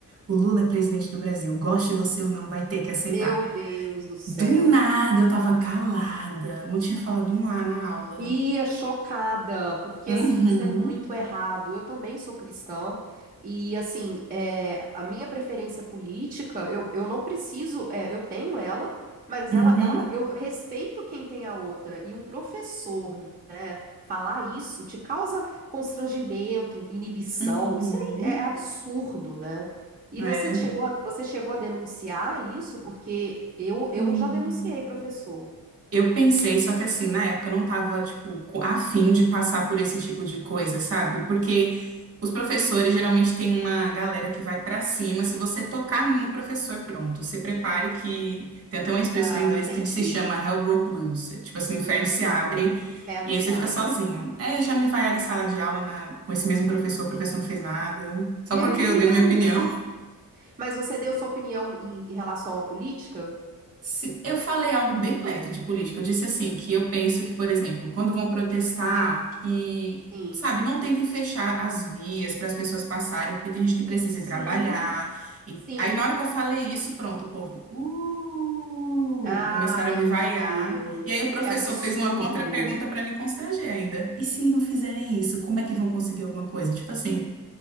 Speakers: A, on the right; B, on the right.
A: "O Lula é presidente do Brasil, goste você ou não, vai ter que aceitar".
B: meu Deus do céu.
A: Do nada eu tava calada, não tinha falado um A na aula.
B: Ia chocada, porque
A: Uhum.
B: assim, isso é muito errado. Eu também sou cristã, e assim, é, a minha preferência política, eu, eu não preciso, é, eu tenho ela, mas
A: Uhum.
B: ela, ela, eu respeito quem tem a outra. E um professor, né, falar isso te causa constrangimento, inibição,
A: Uhum.
B: isso é, é absurdo, né? E
A: É.
B: você chegou a, você chegou a denunciar isso, porque eu, eu
A: Hum.
B: já denunciei, professor.
A: Eu pensei, só que assim, na época eu não tava, tipo, co- a fim de passar por esse tipo de coisa, sabe? Porque os professores geralmente têm uma galera que vai pra cima. Se você tocar no professor, pronto, se prepare que. Tem até uma expressão
B: Ah,
A: em inglês
B: entendi.
A: que se chama Hell Broke Loose. É Tipo assim, o inferno
B: Hum,
A: se abre
B: o inferno
A: e
B: se
A: aí você
B: abre.
A: fica sozinho. É, já me vaiaram em sala de aula na... com esse mesmo professor, o professor não fez nada. Só
B: Meu
A: porque
B: Deus!
A: eu dei minha opinião.
B: Mas você deu sua opinião em relação à política?
A: Se- Eu falei algo bem leve de política. Eu disse assim, que eu penso que, por exemplo, quando vão protestar, que,
B: Sim.
A: sabe, não tentem fechar as vias para as pessoas passarem, porque tem gente que precisa
B: Sim.
A: ir trabalhar. E
B: Sim.
A: aí, na hora que eu falei isso, pronto, o povo, uh,
B: Ah,
A: começaram
B: meu
A: a me vaiar.
B: Deus!
A: E aí o professor
B: Que absurdo!
A: fez uma contra-pergunta para me constranger ainda. E se não fizerem isso, como é que vão conseguir alguma coisa? Tipo assim.